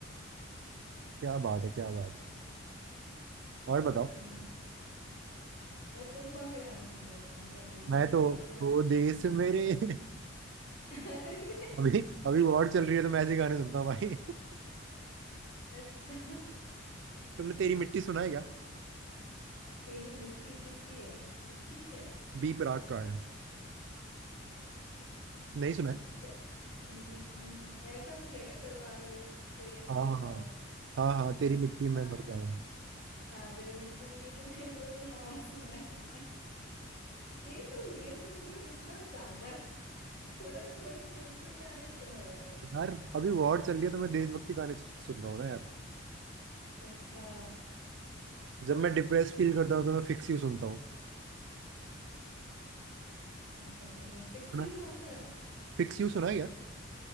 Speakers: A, on the right; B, on the left.
A: क्या बात है क्या बात और बताओ
B: हम्म और तुम कौन से गाने सुन रहे थे मतलब अरिजीत
A: मैं
B: सिंह
A: तो
B: को तुम्हारे
A: वो देश
B: गाने
A: मेरे <laughs>
B: <laughs> अरे,
A: अभी अभी वॉर चल रही है तो मैं ऐसे गाने सुनता हूँ भाई <laughs>
B: अच्छा
A: तुमने तेरी मिट्टी सुना है क्या
B: तेरी मिट्टी किसकी है इसकी ही है
A: बी प्राक का है नहीं सुना है?
B: क्या हम्म, हम्म, ऐसा कुछ है क्या तलवारों पे सरवार
A: हाँ हाँ हाँ
B: गए
A: हाँ हाँ, तेरी
B: अच्छा
A: मिट्टी में मर
B: हाँ हाँ
A: जाएंगे
B: हाँ तेरे मिट्टी में मिल जावा सुना है सुना है ये तुम ये सुन रहे हो इतना ज्यादा थोड़ा थोड़े क्यूट क्यूट गाने सुनो यार
A: <laughs> यार अभी वॉर चल रही है तो मैं देशभक्ति गाने सुन रहा हूँ ना यार
B: अच्छा
A: जब मैं डिप्रेस फील करता हूँ तो मैं फिक्स यू सुनता हूँ
B: अच्छा ठीक है फिक्स
A: सुना
B: यू कौन सा गाना
A: फिक्स यू सुना है क्या